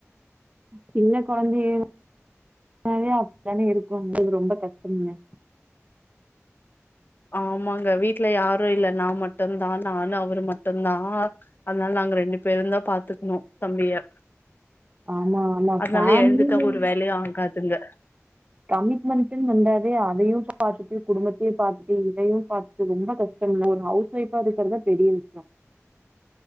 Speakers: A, on the right (about 25°); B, on the left (about 45°).
A: சின்ன கொழந்தைனாவே அப்தானே இருக்கு அது ரொம்ப கஷ்டம்ங்க
B: ஆமாங்க வீட்ல யாரு இல்ல நா மட்டுந்தா நானு அவரு மட்டுந்தா அத்னால் நாங்க ரெண்டு பேருந்தா பாத் த்துக்னு தம்பிய
A: ஆமா ஆமா
B: அத்னால
A: ஃபேமிலினு
B: எழுந்துட்டா ஒரு வேலையு ஆகாதுங்க
A: கமிட்மெண்டுன் வந்தாவே அதையு பாத்துட்டு குடும்பத்தையு பாத்துட்டு இதையு பாத்துட்டு ரொம்ப கஷ்டமுல்ல ஒரு ஹவுஸ் ஒய்ஃபா இருக்கறதா பெரிய விஷ்யொ